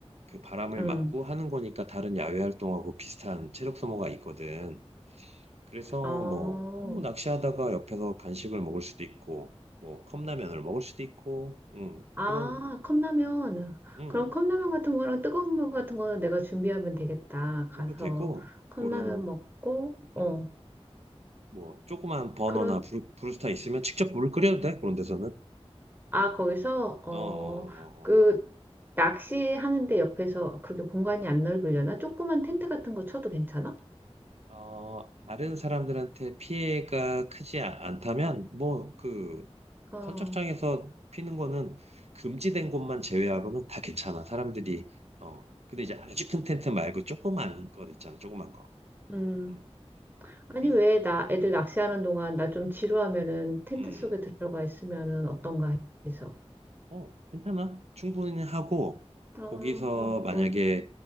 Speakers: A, on the right (about 75°); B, on the right (about 20°).
A: 그 바람을
B: 응.
A: 맞고 하는 거니까 다른 야외 활동하고 비슷한 체력 소모가 있거든. 그래서
B: 어.
A: 뭐, 뭐 낚시하다가 옆에서 간식을 먹을 수도 있고 뭐 컵라면을 먹을 수도 있고 음,
B: 아,
A: 그런
B: 컵라면.
A: 음,
B: 그럼 컵라면 같은 거랑 뜨거운 물 같은 거는 내가 준비하면 되겠다.
A: 그래도
B: 가서
A: 되고
B: 컵라면
A: 그런
B: 먹고, 어,
A: 음, 뭐 조그만 버너나
B: 그런,
A: 브루, 브루스타 있으면 직접 물을 끓여도 돼 그런 데서는.
B: 아, 거기서, 어,
A: 어, 어, 어,
B: 그,
A: 어.
B: 낚시하는데 옆에서 그렇게 공간이 안 넓으려나? 조그만 텐트 같은 거 쳐도 괜찮아?
A: 어, 다른 사람들한테 피해가 크지 아- 않다면, 뭐, 그,
B: 어,
A: 선착장에서 피는 거는 금지된 곳만 제외하고는 다 괜찮아. 사람들이, 어, 근데 이제 아주 큰 텐트 말고 조그만 거 있잖아. 조그만 거.
B: 음.
A: 음.
B: 아니,
A: 그래서,
B: 왜 나 애들
A: 음,
B: 낚시하는 동안 나 좀 지루하면은 텐트
A: 음,
B: 속에 들어가 있으면은 어떤가 해서.
A: 어, 괜찮아. 충분히 하고,
B: 어,
A: 거기서
B: 어,
A: 만약에
B: 어,